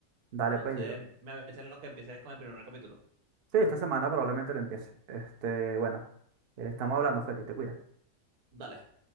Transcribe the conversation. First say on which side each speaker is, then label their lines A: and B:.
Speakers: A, on the right (about 55°); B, on the right (about 85°).
A: Dale,
B: Entonces,
A: pues, yo.
B: me avisan lo que empieces con el primer capítulo.
A: Sí, esta semana probablemente lo empiece. Este, bueno, eh, estamos hablando, Feli, te cuidas.
B: Dale.